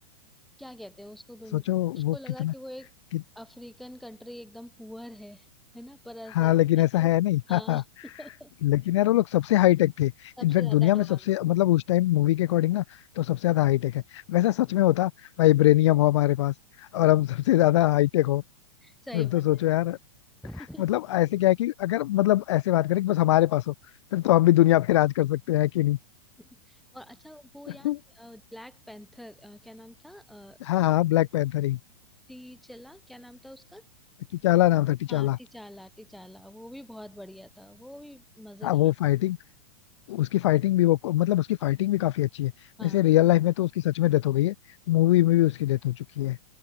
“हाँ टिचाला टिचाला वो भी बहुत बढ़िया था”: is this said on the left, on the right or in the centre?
Centre